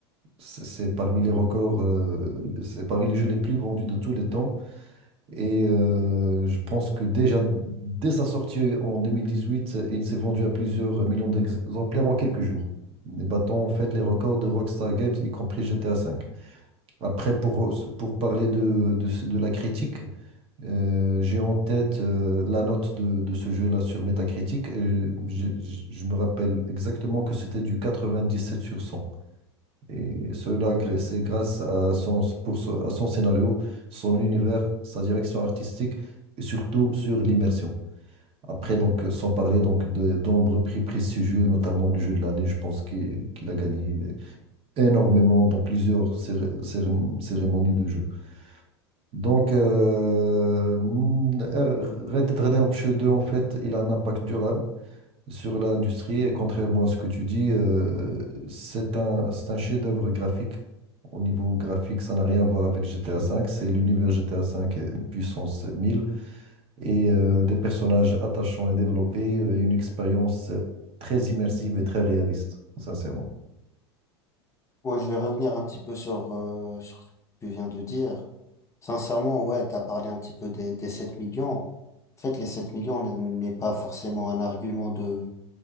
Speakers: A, on the right; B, on the left.
A: C'est c'est parmi les records, euh, c'est parmi les jeux les plus vendus de tous les temps. Et euh, je pense que déjà, dès sa sortie en 2018, il s'est vendu à plusieurs millions d'exemplaires en quelques jours, battant en fait les records de Rockstar Games, y compris GTA V. Après, pour, pour parler de, de, ce- de la critique, euh, j'ai en tête euh, la note de, de ce jeu-là sur Metacritic. et je, je- je me rappelle exactement que c'était du quatre-vingt-dix-sept sur cent Et cela, gr- c'est grâce à son, pour son- à son scénario, son univers, sa direction artistique et surtout sur l'immersion. Après, donc, sans parler donc de nombreux prix prestigieux, notamment le jeu de l'année, je pense qu'il qu'il a gagné énormément dans plusieurs céré- céré- cérémonies de jeu. Donc, euh, Red Dead Redemption 2, en fait, il a un impact durable sur l'industrie et contrairement à ce que tu dis, euh, c'est un, c'est un chef-d'œuvre graphique. Au niveau graphique, ça n'a rien à voir avec GTA V. C'est l'univers GTA V euh, puissance 1000 et euh, des personnages attachants et développés euh, et une expérience euh, très immersive et très réaliste, sincèrement.
B: Ouais, je vais revenir un petit peu sur, euh, sur ce que tu viens de dire. Sincèrement, ouais, t'as parlé un petit peu des, des 7 millions. En fait, les 7 millions n'est pas forcément un argument de